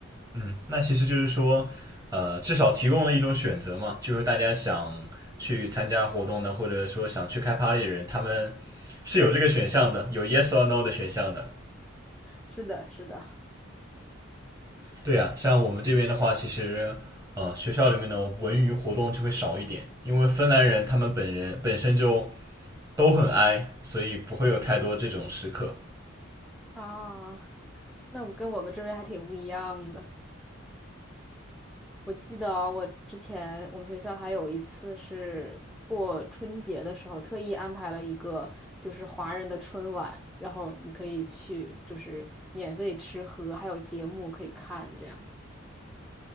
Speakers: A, on the right (about 15°); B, in the centre.
A: 嗯，那其实就是说，呃，至少提供了一种选择嘛，就是大家想去参加活动的，或者说想去开 party 的人，他们是有这个选项的，有 yes or no 的选项的。
B: 是的，是的。
A: 对呀、像我们这边的话，其实呃，学校里面的文娱活动就会少一点，因为芬兰人他们本人本身就都很 i，所以不会有太多这种时刻。
B: 啊，那我跟我们这边还挺不一样的。我记得啊我之前我们学校还有一次是过春节的时候，特意安排了一个就是华人的春晚，然后你可以去就是免费吃喝，还有节目可以看这样。